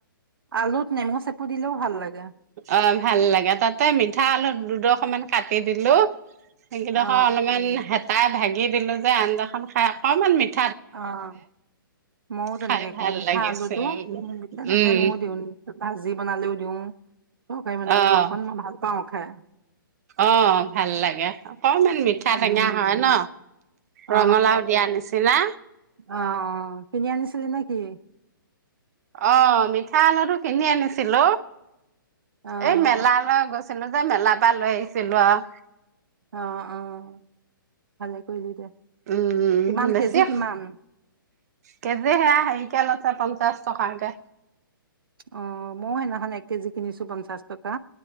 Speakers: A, on the right; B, on the right.
A: আলুত নেমু চেপু দিলেও ভাল লাগে।
B: অ' ভাল লাগে, তাতে মিঠা আলু দুডখ অকমান কাটি দিলো। সেইকেইডোখৰ,
A: অ
B: অলপমান হে তাই ভাগি দিলো যে, আঞ্জাখন খাই অকণমান, মিঠ
A: অ' মইও তেনেকে
B: খাই ভাল
A: কওঁ, মিঠা
B: লাগিছে
A: আলুটো, তেনেকে
B: উম
A: ময়ো দিওঁ, ভাজি বনালেও দিওঁ। তৰকাৰী বনালেও
B: অ'
A: অকণমান ভাল পাওঁ খায়।
B: অ' ভাল লাগে। অকণমান মিঠা-টেঙা
A: উম
B: হয় ন?
A: অ
B: ৰঙালাও দিয়া নিচিনা।
A: অ' অ'। কিনি আনিছিলি নে কি?
B: অ' মিঠা আলুটো কিনি আনিছিলো।
A: অ
B: এই মেলালৈ গছ ছিলো যে মেলাৰ পৰা লৈ আহিছিলো আও।
A: অ' অ' ভালে কৰিলি দে।
B: উম
A: কিমান
B: বেছি
A: কেজি
B: <unintelligible>
A: কিমান
B: কেজি সেয়া হেৰি কেলছে পঞ্চাশ টকাকে।
A: অ' মইও সেইদিনাখন এক কেজি কিনিছো, পঞ্চাশ টকা।